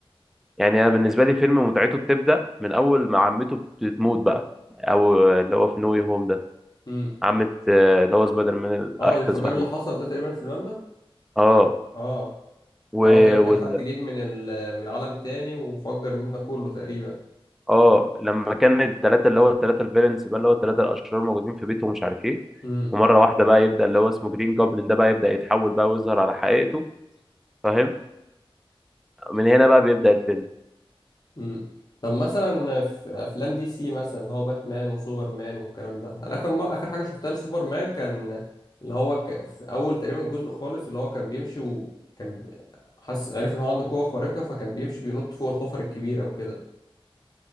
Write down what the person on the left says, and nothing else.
امم
اه
الانفجار
اللي حصل ده تقريبا في المبنى
اه
اللي هو تقريبا كان
حد جه من ال... من عالم تاني وفجر المبنى كله تقريبا
امم
مم. طب مثلا في افلام دي سي مثلا اللي هو باتمان وسوبرمان والكلام ده انا اخر ما اخر حاجه شفتها لسوبرمان كان اللي هو ك... في اول تقريبا جزء خالص اللي هو كان بيمشي وكان حس عارف ان هو عنده قوه خارقه فكان بيمشي بينط فوق الحفر الكبيره وكده